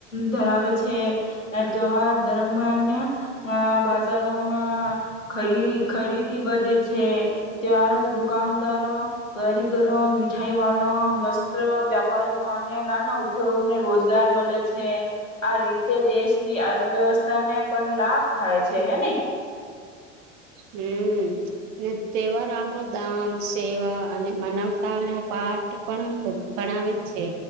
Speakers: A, on the left (about 90°); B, on the right (about 50°).
A: ધરાવે છે ત્યોહાર ધર્મ ના બજારોમાં ખરી ખરીદી વધે છે ત્યાર અને દુકાનદારો કરીગરો મીઠાઈ વાલો વસ્ત્ર વ્યાપારીઓ અને નાના ઉદ્યોગને રોજગાર મલે છે આ રીતે દેશની વ્યવસ્થા ને પણ લાભ થાય છે હેને.
B: હમ્મ. તહેવાર આપણો દાન સેવા અને મનાવતા નો પાઠ પણ આવે છે